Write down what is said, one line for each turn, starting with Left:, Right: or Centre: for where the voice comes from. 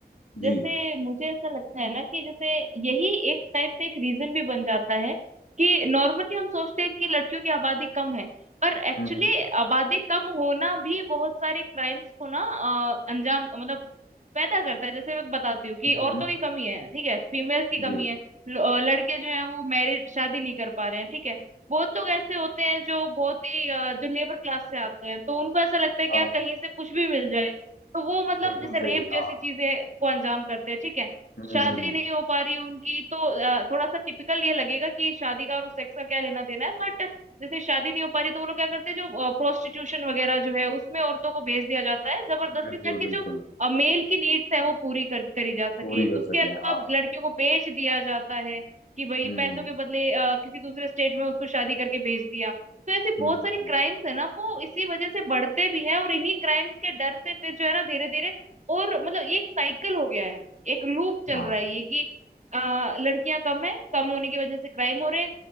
Left: जी
Right: जैसे मुझे ऐसा लगता है ना कि जैसे यही एक टाइप से एक रीजन भी बन जाता है कि नॉर्मली हम सोचते हैं कि लड़कियों की आबादी कम है पर एक्चुअली
Left: हम्म हम्म
Right: आबादी कम होना भी बहुत सारे क्राइम्स को ना अ, अंजाम मतलब पैदा करता है जैसे मैं बताती हूँ कि
Left: हम्म,
Right: औरतों
Left: हम्म,
Right: की कमी है ठीक है फीमेल्स की कमी
Left: जी
Right: है ल- अ, लड़के जो हैं वो मैरिज शादी नहीं कर पा रहे हैं ठीक है बहुत लोग ऐसे होते हैं जो बहुत ही अ, जो लेबर क्लास से आते हैं तो उनको ऐसा लगता है
Left: हाँ
Right: कि यार कहीं से कुछ भी मिल जाए तो वो मतलब
Left: बिल्कुल
Right: जैसे
Left: सही
Right: रेप जैसी
Left: हाँ
Right: चीजें को अंजाम करते हैं ठीक है
Left: हम्म हम्म,
Right: शादी
Left: हम्म,
Right: नहीं हो पा रही है उनकी तो अ, थोड़ा सा टिपिकल ये लगेगा कि शादी का और सेक्स का क्या लेना देना है बट जैसे शादी नहीं हो पा रही तो वो लोग क्या करते हैं जो प्रोस्टिट्यूशन वगैरह जो है उसमें औरतों को भेज दिया जाता है जबरदस्ती
Left: बिल्कुल
Right: ताकि
Left: बिल्कुल
Right: जो और मेल की नीड्स है वो पूरी कर, करी जा सके
Left: पूरी कर
Right: उसके
Left: सके
Right: अलावा
Left: हाँ
Right: अब लड़कियों को बेच दिया जाता है कि भाई
Left: हम्म
Right: पैसों के बदले अ, किसी दूसरे स्टेट में उसको शादी करके भेज दिया तो ऐसी
Left: हम्म
Right: बहुत
Left: हम्म,
Right: सारी क्राइम्स
Left: हम्म,
Right: है ना वो इसी वजह से बढ़ते भी हैं और इन्हीं क्राइम्स के डर से फिर जो है ना धीरे धीरे और मतलब ये एक साइकिल हो गया है एक लूप चल
Left: हाँ
Right: रहा है ये कि आ, लड़कियां कम है कम होने की वजह से क्राइम हो रहे हैं